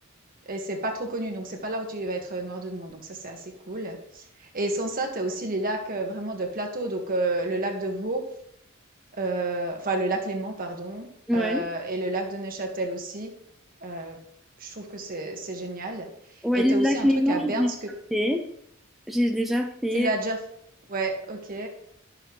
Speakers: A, on the right; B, in the centre.
A: et c'est pas trop connu, donc c'est pas là où tu vas être euh, noir de monde. Donc ça, c'est assez cool. Et sans ça, t'as aussi les lacs euh, vraiment de plateau, donc euh, le lac de Vaux, euh, enfin le lac Léman, pardon,
B: ouais.
A: euh, et le lac de Neuchâtel aussi. Euh, je trouve que c'est c'est génial.
B: Ouais,
A: Et
B: le
A: tu as aussi
B: lac
A: un
B: Léman,
A: truc à Berne,
B: j'ai déjà fait. J'ai déjà fait.
A: Tu l'as déjà fait? Ouais, ok.